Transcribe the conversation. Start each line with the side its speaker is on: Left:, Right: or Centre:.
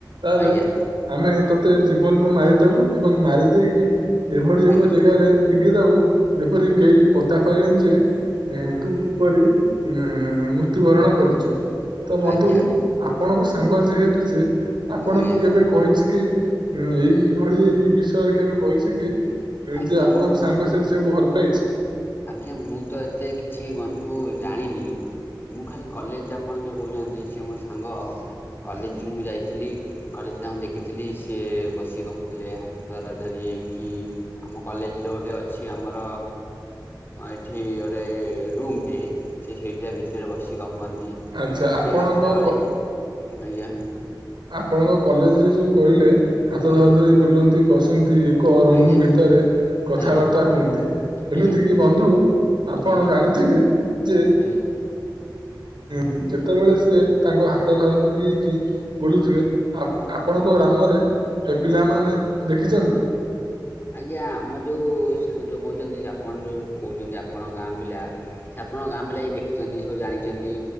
Right: ତାହେଲେ
Left: ଆଜ୍ଞା ଆଜ୍ଞା
Right: ଆମେ ତତେ ଜୀବନରୁୁ ମାରିଦବୁ ଏବଂ ମାରି ଦେଇକି ଏଭଳି ଏକ
Left: ଆଜ୍ଞା
Right: ଜେଗାରେ ଫିଙ୍ଗି ଦୋବୁ ଯେପରି କେହି ପତା ପାଇବେନି ଯେ ଏଁ ତୁ କିପରି ଉଁ ମୃତ୍ୟୁବରଣ କରିଚୁ? ତ ବନ୍ଧୁ
Left: ଆଜ୍ଞା ଆଜ୍ଞା
Right: ଆପଣଙ୍କ ସାଙ୍ଗ ଯେହେତୁ ସେ ଆପଣଙ୍କୁ
Left: ଆଜ୍ଞା
Right: କେବେ କହିଛି କି ଉଁ ଏଇଭଳି ବିଷୟରେ କେବେ କହିଛି କି,
Left: ଆଜ୍ଞା
Right: ଯେ, ଆପଣଙ୍କ
Left: ମୁଁ
Right: ସାଙ୍ଗ ସେ ଝିଅକୁ ଭଲ୍ ପାଇଛି
Left: ଆଜ୍ଞା, ମୁଁ ତ ଏତେ କିଛି ବନ୍ଧୁ ଜାଣିନି। ମୁଁ ଖାଲି କଲେଜ ଆପଣ ଯୋଉ କୋଉଚନ୍ତି, ସିଏ ମୋ ସାଙ୍ଗ କଲେଜ୍ ରୁ ମୁଁ ଯାଇଥିଲି। କଲେଜ୍ ତାଙ୍କୁ ଦେଖିଥିଲି, ସିଏ ବସିକି ଗପୁଥିଲେ ହାତ ଧରା ଧରି ହେ ହେଇକି ଆମ କଲେଜରେ ଗୋଟେ ଅଛି ଆମର ଏଠି ଗୋଟେ ରୁମ୍ ଟେ, ସିଏ ସେଇଠି ତା ଭିତରେ ବସି ଗ ହୁଅନ୍ତି ସେଠୁ
Right: ଆଚ୍ଛା ଆପଣଙ୍କ
Left: କେହି ନଥିଲାବେଳେ ହିଁ ଆଜ୍ଞା।
Right: ଆପଣଙ୍କ କଲେଜରେ ଯୋଉ କହିଲେ ହାତ
Left: ଆଜ୍ଞା
Right: ଧରା ଧରି ବୁଲନ୍ତି, ବସନ୍ତି ରୁମ୍
Left: ଆଜ୍ଞା
Right: ଭିତରେ କଥାବାର୍ତ୍ତା
Left: ଆଜ୍ଞା
Right: ହୁଅନ୍ତି।
Left: ଆଜ୍ଞା
Right: ଏମିତି କି ବନ୍ଧୁ ଆପଣ
Left: ଆଜ୍ଞା
Right: ଜାଣିଥିବେ ଯେ
Left: ଆଜ୍ଞା
Right: ହୁଁ, ଯେତେବେଳେ ସିଏ ତାଙ୍କ ହାତ ଧରା ଧରି ହେଇକି ବୁଲୁଥିଲେ ଆ ଆପଣଙ୍କ
Left: ଆଜ୍ଞା
Right: ଗ୍ରାମରେ, ଏ ପିଲାମାନେ
Left: ଆଜ୍ଞା
Right: ଦେଖିଛନ୍ତି?
Left: ଆଜ୍ଞା, ଆମ ଯୋଉ ସା କୋହୁଛନ୍ତି ଯେ ଆପଣ ଯୋଉ କୋହୁଚନ୍ତି, ଆପଣଙ୍କ ଗାଁ ପିଲା ସେ ଆପଣଙ୍କ ଗାଁ ପିଲା ଇ ଦେଖିଛନ୍ତି ସବୁ ଜାଣିଚନ୍ତି।